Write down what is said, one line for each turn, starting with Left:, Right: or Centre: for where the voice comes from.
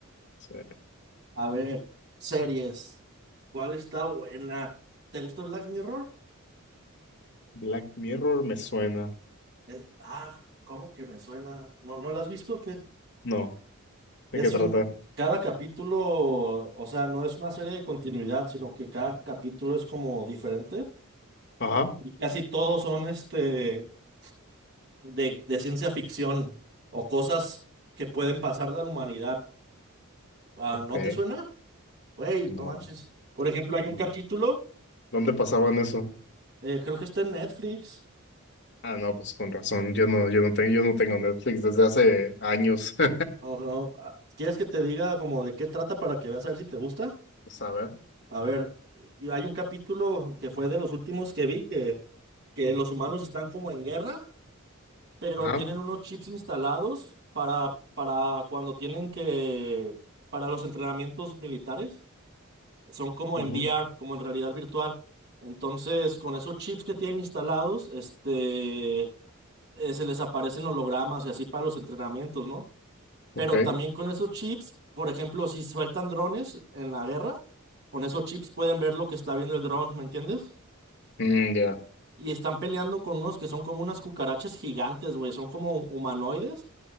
Left: Sí,
Right: A ver, series. ¿Cuál está buena? ¿Te gusta Black Mirror?
Left: Black Mirror me suena.
Right: Eh, ah, ¿cómo que me suena? ¿No, no la has visto? o ¿Qué?
Left: No,
Right: Es
Left: ¿de qué trata?
Right: un... Cada capítulo, o sea, no es una serie de continuidad, sino que cada capítulo es como diferente.
Left: Ajá,
Right: Y casi todos son este... de, de ciencia ficción o cosas que pueden pasar de la humanidad. Ah,
Left: ok,
Right: ¿no te suena? Güey,
Left: no.
Right: no manches. Por ejemplo, hay un
Left: no.
Right: capítulo,
Left: ¿Dónde pasaban eso?
Right: eh, creo que está en Netflix.
Left: Ah, no, pues con razón. Yo no, yo no tengo, yo no tengo Netflix desde hace años. <laughs>
Right: o no, ah, ¿quieres que te diga como de qué trata para que veas a ver si te gusta?
Left: Pues a ver.
Right: A ver, y- y hay un capítulo que fue de los últimos que vi que, que los humanos están como en guerra, pero
Left: Ajá.
Right: tienen unos chips instalados para, para cuando tienen que, para los entrenamientos militares. son como
Left: ujú,
Right: en VR, como en realidad virtual. Entonces, con esos chips que tienen instalados, este, eh, se les aparecen hologramas y así para los entrenamientos, ¿no? Pero
Left: ok.
Right: también con esos chips, por ejemplo, si sueltan drones en la guerra, con esos chips pueden ver lo que está viendo el dron, ¿me entiendes?
Left: Mm, ya.
Right: Y están peleando con unos que son como unas cucarachas gigantes, güey, son como humanoides,